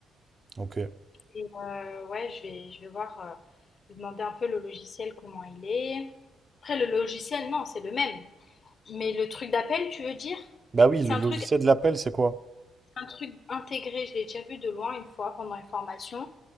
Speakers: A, on the right (about 30°); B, on the left (about 50°).
A: Ok.
B: Et euh, ouais, je vais, je vais voir, euh, lui demander un peu le logiciel, comment il est. Après, le logiciel, non, c'est le même. Mais le truc d'appel, tu veux dire?
A: Bah oui,
B: C'est
A: le
B: un
A: logiciel
B: truc,
A: de l'appel, c'est quoi?
B: un truc intégré, je l'ai déjà vu de loin une fois pendant une formation.